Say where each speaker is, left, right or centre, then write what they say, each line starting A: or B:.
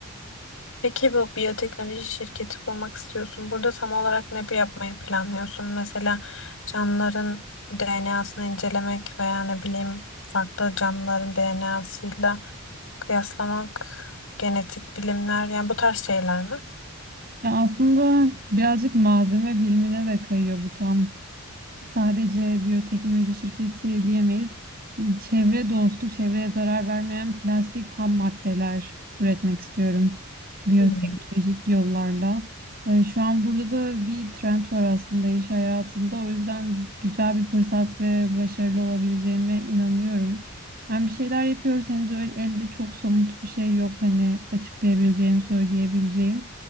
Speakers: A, on the left; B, on the right.
A: Peki bu biyoteknoloji şirketi kurmak istiyorsun. Burada tam olarak ne yapmayı planlıyorsun? Mesela canlıların DNA'sını incelemek veya ne bileyim farklı canlıların DNA'sıyla kıyaslamak, genetik bilimler yani bu tarz şeyler mi?
B: Ya aslında birazcık malzeme bilimine de kayıyor bu tam sadece biyoteknoloji şirketi diyemeyiz. Çevre dostu, çevreye zarar vermeyen plastik ham maddeler üretmek istiyorum biyoteknolojik
A: Hmm.
B: yollarla. Ee, Şu an burada da bir trend var aslında iş hayatında. O yüzden güzel bir fırsat ve başarılı olabileceğime inanıyorum. Hem bir şeyler yapıyoruz henüz öyle elde çok somut bir şey yok hani açıklayabileceğim, söyleyebileceğim.